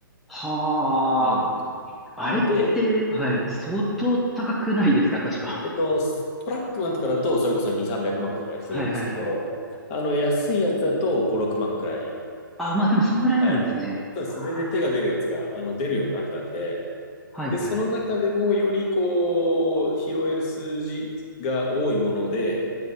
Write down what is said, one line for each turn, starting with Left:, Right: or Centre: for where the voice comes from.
Centre: はあ。
Left: うん。
Centre: あれって、
Left: あれで、
Centre: はい。
Left: うん。
Centre: 相当高くないですか確か。
Left: えっと、トラックマンとかだと、それこそ2、300万くまんくらいするんですけど、
Centre: <laughs> はいはいはい。
Left: あの、安いやつだと5、6万くらい。
Centre: あ、まあでもそんぐらいなんですね。
Left: はい。そうです。
Centre: はあ
Left: 全然手が出るやつが、あの、出るようになったんで、
Centre: はいはいはい。
Left: で、その中でもよりこう、拾える数字が多いもので、